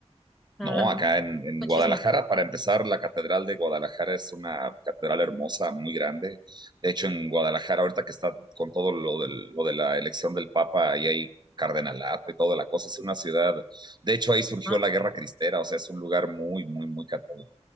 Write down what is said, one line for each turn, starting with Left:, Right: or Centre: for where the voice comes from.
Centre: ah,
Right: No, acá en, en
Centre: muchísimo.
Right: Guadalajara, para empezar, la Catedral de Guadalajara es una catedral hermosa, muy grande. De hecho, en Guadalajara, ahorita que está con todo lo, del- lo de la elección del Papa, ahí hay cardenalato y toda la cosa, es una ciudad. De hecho, ahí surgió
Centre: Ah,
Right: la Guerra Cristera, o sea, es un lugar muy, muy, muy católico.